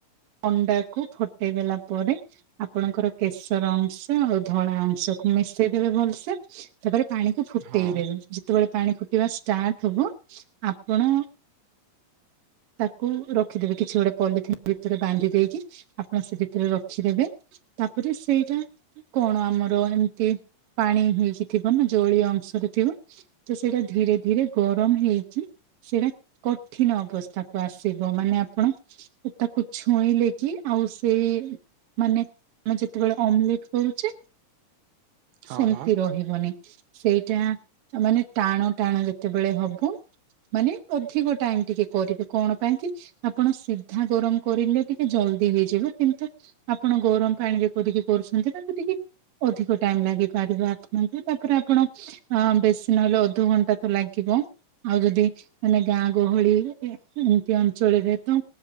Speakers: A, on the right; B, on the right.
A: ଅଣ୍ଡା କୁ ଫଟେଇ ଦେଲା ପରେ ଆପଣଙ୍କର କେଶର ଅଂଶ ଧଳା ଅଂଶକୁ ମିଶେଇଦବେ ଭଲସେ। ତାପରେ ପାଣିକୁ ଫୁଟେଇ
B: ହଁ
A: ଦେବେ। ଯେତେବେଳେ ପାଣି ଫୁଟିବା ଷ୍ଟାର୍ଟ ହବ ଆପଣ ତାକୁ ରଖିଦେବେ କିଛି ଗୋଟେ ପଲିଥିନ୍ ଭିତରେ ବାନ୍ଧି ଦେଇକି ଆପଣ ସେ ଭିତରେ ରଖିଦେବେ। ତାପରେ ସେଇଟା କି କଣ ଆମର ଏମିତି ପାଣି ହେଇକି ଥିବ ନା ଜଳୀୟ ଅଂଶରେ ଥିବ। ତ ସେଇଟା ଧୀରେ ଧୀରେ ଗରମ ହେଇକି ସେଇଟା ଠିନ ଅବସ୍ଥାକୁ ଆସିବ ମାନେ ଆପଣ ଓ ତାକୁ ଛୁଇଁଲେ କି ଆଉ ସେ ମାନେ ଆମେ ଯେତେବେଳେ ଅମଲେଟ୍ କରୁଛେ
B: ହଁ
A: ସେମିତି
B: ହଁ
A: ରହିବନି, ସେଇଟା ଆ, ମାନେ ଟାଣ ଟାଣ ଯେତେବେଳେ ହବ ମାନେ ଅଧିକ ଟାଇମ୍ ଟିକେ କରିବେ କଣ ପାଇଁ କି? ଆପଣ ସିଧା ଗରମ କରିଲେ ଟିକେ ଜଲଦି ହେଇଯିବ, କିନ୍ତୁ ଆପଣ ଗରମ ପାଣିରେ କରିକି କରୁଛନ୍ତି ନା ତ ଟିକେ ଅଧିକ ଟାଇମ୍ ଲାଗିପାରିବ ଆପଣଙ୍କୁ। ତାପରେ ଆପଣ ଅ, ବେଶୀ ନହେଲେ ଅଧଘଣ୍ଟା ତ ଲାଗିବ। ଆଉ ଯଦି ମାନେ ଗାଁ ଗହଳି ଏ ଏମିତି ଆଞ୍ଚଳରେ ତ